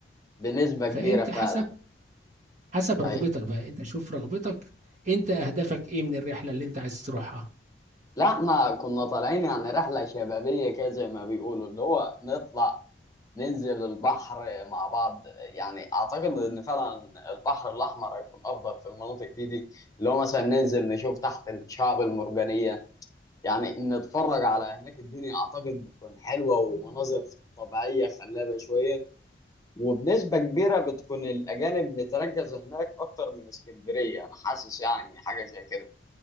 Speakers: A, on the left (about 20°); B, on the right (about 45°).
A: بنسبه كبيره
B: فانت
A: فعلا
B: حسب حسب رغبتك
A: ايوه
B: بقى انت شوف رغبتك انت اهدافك ايه من الرحله اللي انت عايز تروحها
A: لا احنا كنا طالعين يعني رحلة شبابية كده زي ما بيقولوا اللي هو نطلع ننزل البحر مع بعض يعني اعتقد ان فعلا البحر الاحمر هيكون افضل في المناطق دي دي اللي هو مثلا ننزل نشوف تحت الشعب المرجانية يعني نتفرج على هناك الدنيا اعتقد بتكون حلوة ومناظر طبيعية خلابة شوية وبنسبة كبيرة بتكون الأجانب متركزة هناك أكتر من اسكندرية أنا حاسس يعني حاجة زي كده